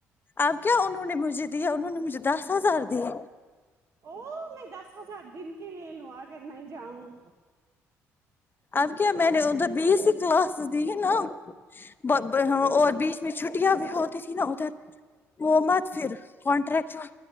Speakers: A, on the left (about 30°); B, on the right (about 50°).
A: اب کیا انہوں نے مجھے دیا انہوں نے مجھے دس ہزار دیے
B: اور میں دس ہزار دن کےلے لوں اگر میں جاؤں
A: اب کیا میں نے ادھر بیس کلاس دی ہے نا <unintelligible> اور بیچ میں چھٹیاں بھی ہوتی تھھی نا ادھر وہ مت پھر کانٹریکٹر